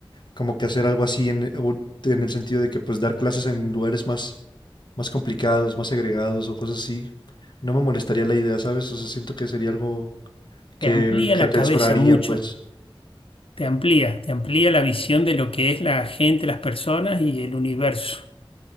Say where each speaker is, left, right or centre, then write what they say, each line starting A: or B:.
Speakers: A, on the left; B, on the left.
A: como que hacer algo así en, o en el sentido de que pues dar clases en lugares más más complicados, más segregados o cosas así, no me molestaría la idea, ¿sabes? O sea, siento que sería algo que,
B: Te amplía
A: que
B: la
A: atesoraría,
B: cabeza mucho,
A: pues.
B: te amplía, te amplía la visión de lo que es la gente, las personas y el universo.